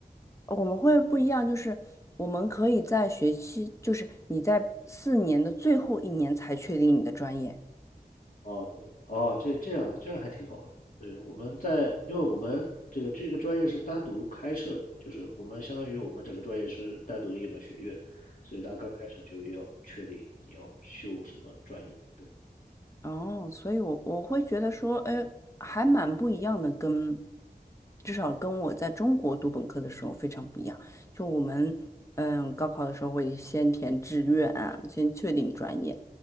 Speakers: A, on the left; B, on the left.
A: 我们会不一样，就是我们可以在学期，就是你在四年的最后一年才确定你的专业。
B: 哦，对，哦，这这样这样还挺好的。对，我们在，因为我们这个这个专业是单独开设的，就是我们相当于我们整个专业是单独的一门学院，所以他刚开始就要确定你要修什么专业。对，
A: 哦，所以我我会觉得说，哎，还蛮不一样的跟，至少跟我在中国读本科的时候非常不一样。就我们，嗯，高考的时候会先填志愿啊，先确定专业。